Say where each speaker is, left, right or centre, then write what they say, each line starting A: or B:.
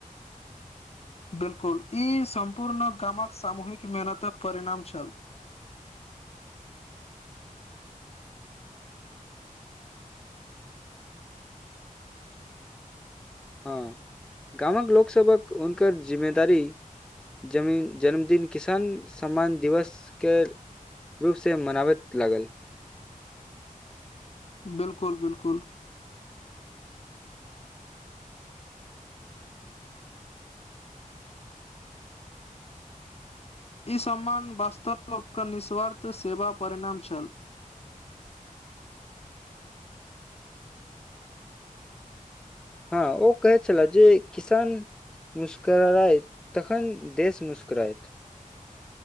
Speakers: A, on the left; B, in the centre.
A: बिल्कुल ई सम्पूर्ण गामक सामूहिक मेहनतक परिणाम छल।
B: हँ गामक लोकसभक हुनकर जिम्मेदारी। जमीन जन्मदिन किसान सम्मान दिवस के। रूपसँ मनाबैत लागल।
A: बिलकुल बिलकुल। ई सम्मान वास्तव निःस्वार्थ सेवा परिणाम छल।
B: हँ ओ कहै छले जे किसान। मुस्कराइत तखन देश मुस्कराइत।